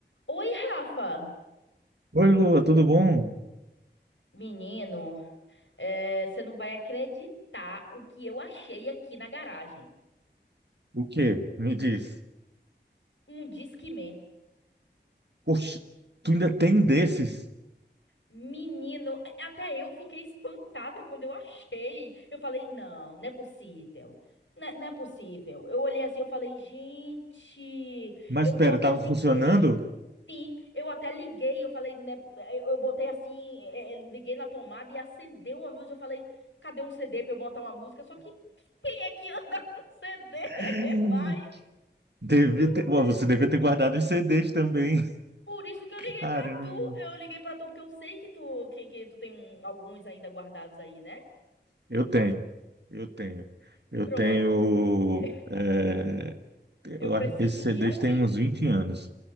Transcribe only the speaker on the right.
Oi, Lua, tudo bom?
O quê? Me diz.
Oxe, tu ainda tem um desses?
Mas
pera,
tava funcionando?
<laughs>
Devia
ter...
Ué,
você devia ter guardado os CDs também.
<laughs>
Caramba.
Eu tenho, eu tenho. Eu
tenho.
é, eu
acho que Esses CDs
têm uns 20 anos.